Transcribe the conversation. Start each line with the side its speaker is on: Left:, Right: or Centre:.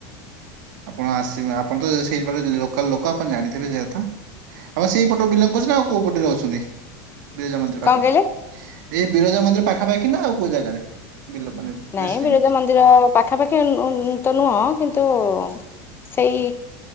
Right: ଆପଣ ଆସିବେ ଆପଣ ତ ସେଇପଟ ଲୋକାଲ ଲୋକ ଆପଣ ଜାଣିଥିବେ ସେ ଜାଗା ଟା। ହଁ ସେଇ ପଟରୁ ବିଲଙ୍ଗ କରୁ ଛନ୍ତି ନା ଆଉ କୋଉ ପଟେ ଯାଉଛନ୍ତି। ବିରଜା ମନ୍ଦିର
Left: କଣ
Right: ପାଖା
Left: କହିଲେ?
Right: ପାଖି ଏଇ ବିରଜା ମନ୍ଦିର ପାଖାପାଖି ନା ଆଉ କୋଉ ଜାଗାରେ ବିଲଙ୍ଗ ମାନେ।
Left: ନାଇଁ
Right: ରେସିଡେଣ୍ଟ
Left: ବିରଜା ମନ୍ଦିର ପାଖା ପାଖି ଉଁନ ଉଁନ ତ ନୁହଁ କିନ୍ତୁ। ସେଇ